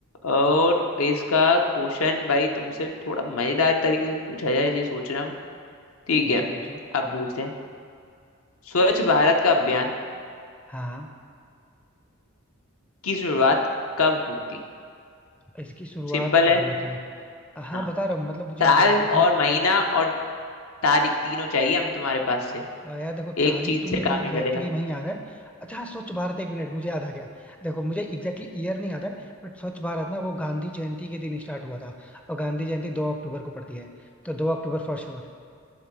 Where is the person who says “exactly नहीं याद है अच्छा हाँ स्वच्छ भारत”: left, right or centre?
Centre